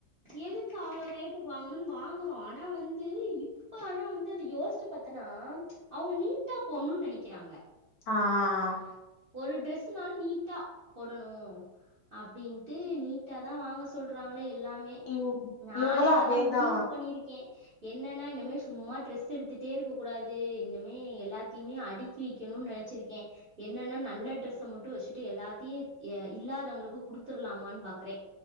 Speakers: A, on the right; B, on the left.
A: எதுக்கு அவ்வளோ ரேட் வாங்கணும்னு வாங்குறோ ஆனா வந்து இப்ப ஆனா வந்து அத யோசிட்டு பாத்தன்னா அவங்க நீட்டா பொண்ணுனு நினைக்கிறாங்க
B: ஆஹ்
A: ஒரு ட்ரெஸ்ஸுனால நீட்டா போடணு அப்டின்ட்டு நீட்டா தா வாங்க சொல்றாங்களே எல்லா மே
B: இவ்
A: நானே
B: இவங்களு
A: அதா
B: அதேதா
A: முடிவு பண்ணிருக்கே என்னன்னா இனமே சும்மா ட்ரெஸ் எடுத்துகட்டே இருக்கக்க கூடாது இன்னமே எல்லாத்தையுமே அடி க்கி வைக்கணுனு நினைச்சிருக்கே எ என்னன்னா நல்ல டிரரெஸ்ஸ மட்டு வச்சுட்டு எல்லாத்தையு இல்லாதவங்களுக்கு குடுத்துடலாமான்னு பாக்குறே